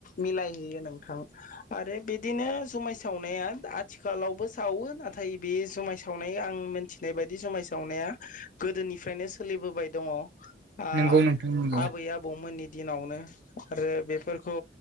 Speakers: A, on the left; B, on the right.
A: मिलायहैयो नोंथां आरो बिदिनो जुमाय सावनाया आथिखालावबो सावो नाथाय बे जुमाय सावनाय आं मिथिनाय बायदि जुमाय सावनाया गोदोनिफ्रायनो सोलिबोबाय दङ। आ
B: नंगौ नोंथां नंगौ
A: आबै आबौमोननि दिनावनो। आरो बेफोरखौ